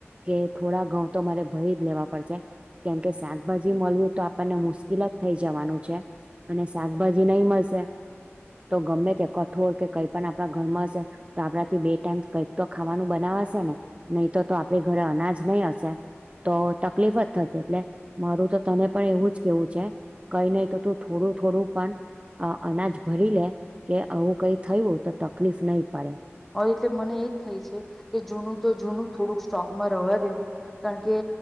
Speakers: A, on the right (about 25°); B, in the centre.
A: કે થોડા ઘઉં તો મારે ભરી જ લેવા. પરસે કેમ શાકભાજી મળું તો આપણને મુશ્કેલ જ થઈ જવાનું છે. અને શા જી નહી મળશે. તો ગમે ત્યા કઠોર કે કઈ પણ આપણા ઘરમાં હશે તો આપડા થી બે ટાઈમ કઈક તો ખાવાનું બનાવાશે ને. નહી તો તો આપડે ઘરે અનાજ જ નહી અશે. તો તકલીફ જ થશે. એટલે મારું તો તને પણ એવું જ કેવું છે. કઈ નહી તો તોું થોડું-થોડું પણ અ અનાજ ભરી લે. કે આવું કઈ થયું તો તકલીફ નહીં પડે.
B: હ એટલે મને એજ થાય છે. કે જૂનું તો જૂનું થોડુંક સ્ટોકમાં રવા દેવ કારણ કે